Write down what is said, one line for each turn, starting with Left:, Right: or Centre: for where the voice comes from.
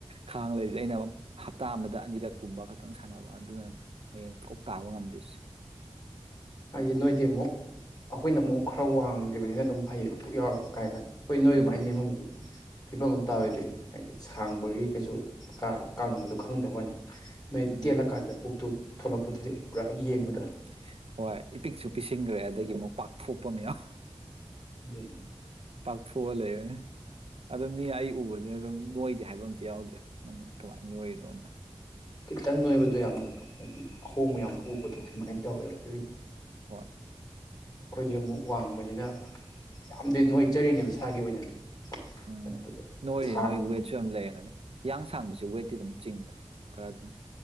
Right: ꯈꯥꯡ ꯂꯩ ꯗ ꯑꯩꯅ ꯍꯞꯇꯥ ꯑꯃꯗ ꯑꯅꯤꯔꯛ ꯀꯨꯝꯕ ꯈꯛꯇꯪ ꯁꯥꯟꯅꯕ ꯑꯗꯨꯅꯅꯦ ꯃꯌꯦꯡ ꯇꯥꯕ ꯉꯝꯗ꯭ꯔꯤꯁ‌ꯦ
Left: ꯍꯥꯏꯗꯤ ꯅꯣꯏꯗꯤ ꯑꯃꯨꯛ ꯑꯩꯈꯣꯏꯅ ꯑꯃꯨꯛ ꯈꯔ ꯋꯥꯡꯒꯤꯕꯅꯤꯅ ꯑꯗꯨꯝ ꯐꯩꯌꯦꯕ ꯄꯨꯛ ꯌꯥꯎꯁꯨ ꯀꯥꯏꯅ ꯍ‌ꯣꯢ ꯅ‌ꯣꯢ ꯑꯗꯨꯃꯥꯢ
Right: ꯎꯝ ꯎꯝ
Left: ꯅ‌ꯦꯃꯝꯃꯗꯤ ꯐꯤꯕꯝ ꯑꯃ ꯇꯥꯔꯣꯏꯗꯣꯏꯅꯦ ꯍꯥꯏꯗꯤ ꯁꯥꯡꯕꯒꯤ ꯀꯩꯁꯨ ꯀꯥ ꯀꯪꯕꯗꯣ ꯈꯪꯗꯕꯅꯤ ꯅ‌ꯣꯢ
Right: ꯎꯝ
Left: ꯇ‌ꯦꯜꯂꯀꯥꯟꯗ ꯄꯨꯛꯇ‌ꯣ ꯊꯣꯛꯂꯛꯄꯗꯨꯗꯤ ꯄꯨꯔꯥ ꯌꯦꯡꯕꯗ
Right: ꯎꯝ ꯍꯣꯏ ꯏꯄꯤꯛꯁꯨ ꯄꯤꯁꯤꯟꯈ꯭ꯔꯦ ꯑꯗꯒꯤ ꯑꯃꯨꯛ ꯄꯥꯛꯐꯣꯛꯄꯃꯤꯌꯥ
Left: ꯎꯝ <unintelligible>
Right: ꯄꯥꯛ ꯊꯣꯛꯑ ꯂꯩꯔꯅꯤ ꯑꯗ ꯃꯤ ꯑꯩ ꯎꯕꯗ ꯑꯗꯨꯗꯩ ꯑꯗꯨꯝ ꯅꯣꯏꯗꯦ ꯍꯥꯏꯕ ꯑꯝꯇ ꯌꯥꯎꯗ꯭ꯔꯦ ꯅꯪ ꯀꯃꯥꯏꯅ ꯅꯣꯏꯔꯤꯅꯣꯅ
Left: ꯈꯤꯇꯪ ꯅꯣꯏꯕꯗꯣ ꯌꯥꯝꯅ ꯍꯥꯏꯗꯤ ꯑꯍꯣꯡꯕ ꯌꯥꯝ ꯎꯕꯗꯣ ꯑꯗꯨꯃꯥꯏꯅ ꯇꯧꯋꯦꯕ ꯑꯗꯨꯒꯤ
Right: ꯍꯣꯏ
Left: ꯑꯩꯈꯣꯏꯗꯤ ꯑꯃꯨꯛ ꯋꯥꯡꯕꯅꯤꯅ ꯌꯥꯝꯗꯤ ꯅꯨꯡꯣꯏꯖꯔꯤꯅꯦꯕ ꯁꯥꯒꯤ ꯑꯣꯏꯅꯗꯤ
Right: ꯎꯝ
Left: ꯑꯗꯨꯒ
Right: ꯅꯣꯏꯔ
Left: ꯊꯥꯡ
Right: ꯅꯣꯏ ꯋꯦꯠꯁꯨ ꯌꯥꯝ ꯂꯩꯔꯝꯒꯅꯤ ꯌꯥꯡ ꯁꯥꯡꯕꯁꯨ ꯋꯦꯠꯇꯤ ꯑꯗꯨꯝ ꯆꯤꯡꯕꯅꯦ ꯈ ꯑꯗꯨꯝ